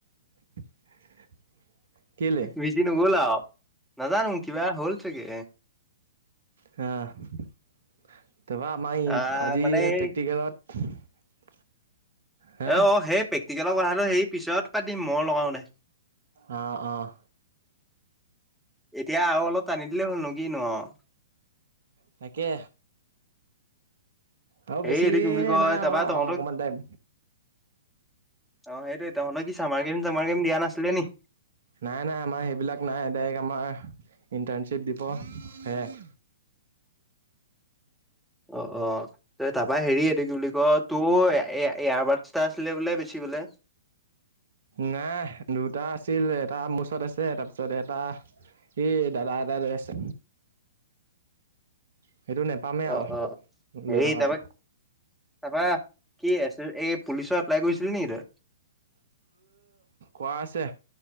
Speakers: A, on the right; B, in the centre.
A: <inaudible> কেলে
B: বিজি নগ'ল আও নাজানো কিবা হ'ল ছাগে।
A: হ তাপা আমাৰ
B: আহ
A: আজি
B: মানে এই
A: প্ৰেক্টিকেলত, হে
B: অ-অ সেই প্ৰেক্টিকেলৰ কথাটো সেই পিছত পাতিম মই লগাওনে
A: অহ-অহ,
B: এতিয়া আৰু অলপ টানি দিলে হ'ল ন কিনো‌ আও,
A: তাকে আৰু বেছি
B: এই হেৰি এইটো কি বুলি কয়
A: নাই
B: তাৰপৰা
A: আৰু
B: তহঁত
A: আৰু অকণমান
B: অ'
A: টাইম
B: সেইটোৱে তহঁতৰ কি চামাৰ কেম তামাৰ কেম দিয়া নাছিলে নি?
A: নাই-নাই আমাৰ সেইবিলাক নাই ডাইৰেক্ট আমাৰ ইণ্টাৰ্ণশ্বিপ দিব সেয়াই
B: অ-অ তই তাৰপা হেৰি এইটো কি বুলি ক তোৰ এ এয়াৰ বাডচ এটা আছিলে বোলে বেছিলি বোলে।
A: নাই দুটা আছিল এটা মোৰ ওচৰত আছে তাৰপিছত এটা সেই দাদা এটাই লৈ আছে। সেইটো নেপামেই
B: অ
A: আৰু
B: অ হেৰি
A: লৈ থকাটো।
B: তাৰপা তাৰপা কি আছিল এই পুলিচৰ এপ্লাই কৰিছিলি নেকি তই?
A: কোৱা আছে?